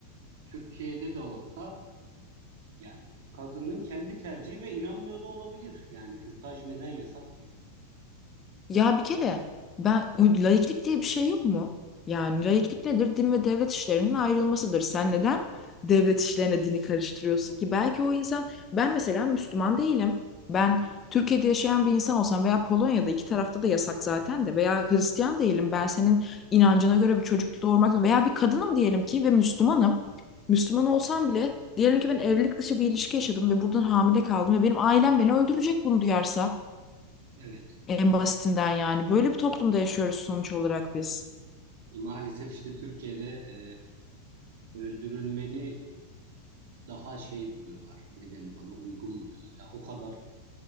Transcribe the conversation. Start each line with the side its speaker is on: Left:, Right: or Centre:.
Right: Türkiye'de de olsa yani kadının kendi tercihi ve inanmıyor da olabilir. Yani kürtaj neden yasak ki?
Left: Ya bir kere ben u- laiklik diye bir şey yok mu? Yani laiklik nedir? Din ve devlet işlerinin ayrılmasıdır. Sen neden devlet işlerine dini karıştırıyorsun ki? Belki o insan ben mesela Müslüman değilim. Ben
Right: Hı hı.
Left: Türkiye'de yaşayan bir insan olsam veya Polonya'da iki tarafta da yasak zaten de veya Hristiyan değilim. Ben senin inancına göre bir çocuk doğurmak veya bir kadınım diyelim ki ve Müslümanım. Müslüman olsam bile diyelim ki ben evlilik dışı bir ilişki yaşadım ve buradan hamile kaldım ve benim ailem beni öldürecek bunu duyarsa.
Right: Evet.
Left: En basitinden yani. Böyle bir toplumda yaşıyoruz sonuç olarak biz.
Right: E, Maalesef işte Türkiye'de e, öldürülmeni daha şey buluyorlar. Ne denir ona? Uygun buluyorlar. Ya o kadar